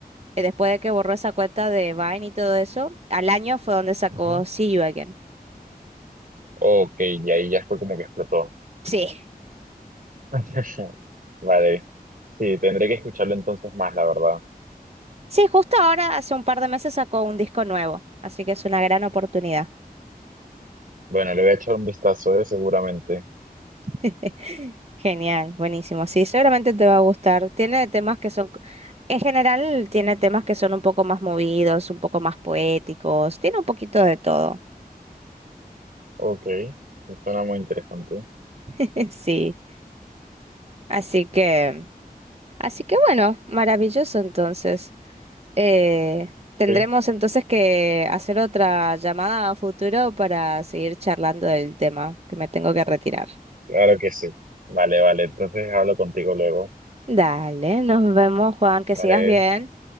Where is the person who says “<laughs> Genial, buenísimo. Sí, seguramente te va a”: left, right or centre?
Right